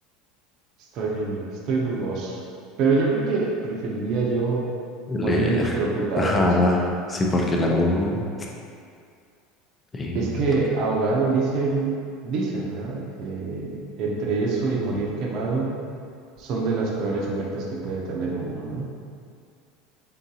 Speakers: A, on the right (about 55°); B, on the left (about 20°).
A: Estoy, estoy dudoso. Pero yo creo que preferiría yo
B: Le...
A: morir electrocutado.
B: Ajá,
A: O sea,
B: sí, porque la ahogo. Venga,
A: Es que
B: tu-
A: ahogado dicen, dicen, ¿verdad? Que entre eso y morir quemado son de las peores muertes que puede tener uno, ¿no?